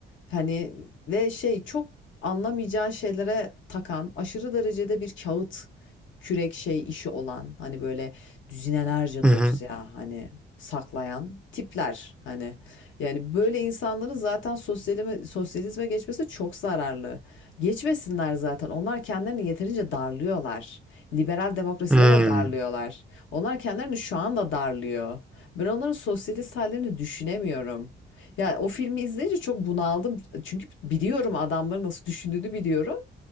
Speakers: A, on the left (about 70°); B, in the centre.
A: hani ve şey çok anlamayacağı şeylere takan aşırı derecede bir kağıt kürek şey işi olan hani böyle düzinelerce
B: Hı hı.
A: dosya hani saklayan tipler hani yani böyle insanların zaten sosyalime, sosyalizme geçmesi çok zararlı. Geçmesinler zaten. Onlar kendilerini yeterince darlıyorlar. Liberal demokraside
B: Hmm.
A: de darlıyorlar. Onlar kendilerini şu anda darlıyor. Ben onların sosyete hallerini düşünemiyorum. Yani o filmi izleyince çok bunaldım. Çünkü biliyorum adamların nasıl düşündüğünü biliyorum.